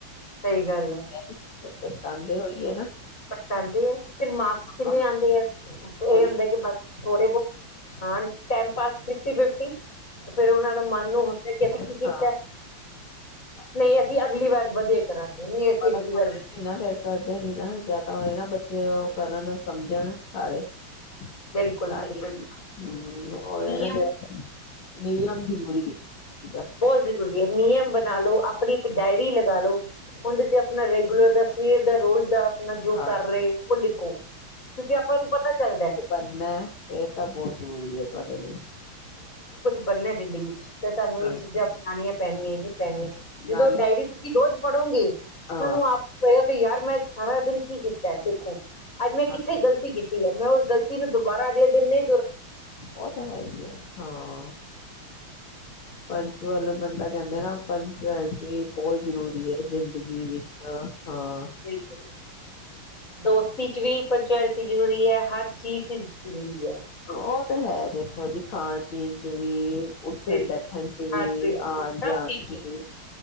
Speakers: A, on the left; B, on the left.
A: ਸਹੀ ਗੱਲ ਆ
B: ਫਿਰ ਪਛਤਾਉਂਦੇ ਹੋਈਏ ਨਾ
A: ਪਰਸਾਂਉਦੀ ਆ ਫਿਰ ਮਾਰਕਸ ਕਿੰਨੇ
B: ਹਾਂ
A: ਆਉਂਦੇ ਆ ਇਹ
B: ਉਹੀ
A: ਹੁੰਦਾ ਕਿ ਬ ਥੋੜੇ ਬਹੁਤ ਹਾਂ ਟਾਈਮ ਪਾਸ ਕੀਤੀ ਵੀ ਫੇਿਰ ਉਹਨਾਂ ਦਾ ਮਨ ਨੂੰ ਹਦਾ ਕਿ
B: ਹਾਂ
A: ਅਸੀਂ ਕੀ ਕੀਤਾ ਨਹੀਂ ਅਸੀਂ ਅਗਲੀ ਵਾਰ ਵਧੀਆ ਕਰਾਂਗੇ ਨਹੀਂ ਅਸੀਂ
B: ਸੁਣਦੇ
A: ਅਗਲੀ ਵਾਰ
B: ਨੀ ਨਾ ਫੇਰ ਕਰਦੇ ਨੀ ਨਾ ਤਾਂ ਹੋਏ ਨਾ ਬੱਚੇ ਉਹ ਕਰਨ ਸਮਝਣ ਸਾਰੇ ਤਾਂ
A: ਬਿਲਕੁਲ ਬਿਲਕੁਲ
B: ਹਮ ਉਹ
A: ਨਿਯਮ
B: ਨਾ ਜਿਹੜਾ ਨਿਯਮ ਜ਼ਰੂਰੀ ਹੈ
A: ਬਹੁਤ ਜ਼ਰੂਰੀ ਹੈ ਨਿਯਮ ਬਣਾ ਲਓ ਆਪਣੀ ਇੱਕ ਡਾਇਰੀ ਲਗਾ ਲਓ ਉਹਦੇ ਤੇ ਆਪਣਾ ਰੈਗੂਲਰ ਦਾ ਸਵੇਰ ਦਾ ਰੋਜ਼ ਦਾ ਆਪ ਜੋ
B: ਹਾਂ
A: ਕਰ ਰਹੇ ਉਹ ਲਿਖੋ ਕਿਉਂਕਿ ਆਪਾਂ ਨੂੰ ਪਤਾ ਚੱਲਦਾ ਹੈ
B: ਬੰਨਾ ਫਿਰਰ ਤਾਂ ਬਹੁਤ ਜ਼ਰੂਰੀ ਹੈ ਤੁਹਾਡੇ ਲਈ
A: ਬੰਨੇ ਜ਼ਿੰਦਗੀ ਤੇ ਤੁਹਾਨੂੰ
B: ਹਾਂਜੀ
A: ਇਹ ਚੀਜ਼ਾਂ ਅਪਉਣੀਆਂ ਪੈਣੀਆਂ ਹੀ ਪੈਣੀਆਂ ਜਦੋਂ
B: ਨਾਲੇ
A: ਡਾਇਰੀ ਤੁਸੀਂ ਰੋਜ਼ ਪੜੂੰਗੀ ਤੁਹਾਨੂੰ
B: ਹਾਂ
A: ਆਪ ਹੀ ਪਏਗਾ ਕਿ ਯਾਰ ਮੈਂ ਸਾਰਾ ਦਿਨ ਕੀ ਕੀਤਾ ਦੇਖੋ ਅੱਜ ਮੈਂ
B: ਹਾਂਜੀ
A: ਕਿੱਥੇ ਗਲਤੀ ਕੀਤੀ ਹੈ ਮੈਂ ਉਸ ਤ ਨੂੰ ਦੁਬਾਰਾ ਅਗਲੇ ਦਿਨ ਨੇ
B: ਉਹ ਤਾਂ ਹੈ ਹੀ ਹੈ ਹਾਂ ਪੰਚ ਵੱਲੋਂ ਬੰਦਾ ਕਹਿੰਦੇ ਨਾ ਪੰਚ ਬਹੁਤ ਜ਼ਰੂਰੀ ਹੈ ਜ਼ਿੰਦਗੀ ਵਿੱਚ ਹਾਂ
A: ਬਿਲਕੁਲ ਦੋਸਤੀ ਚ ਵੀ ਪੰਚੁਐਲਿਟੀ ਜ਼ਰੂਰੀ ਹੈ ਹਰ ਚੀਜ਼ ਚ ਜ਼ਰੂਰੀ ਹੈ
B: ਉਹ ਤਾਂ ਹੈ ਦੇਖੋ ਜੀ ਖਾਣ ਪੀਣ ਚ ਵੀ ਉੱਠਣ
A: ਤੇ
B: ਬੈਠਣ ਚ ਵੀ
A: ਖਾਣ ਪੀਣ
B: ਆਉਣ
A: ਸਭ
B: ਜਾਣ
A: ਚੀਜ਼
B: ਚ ਵੀ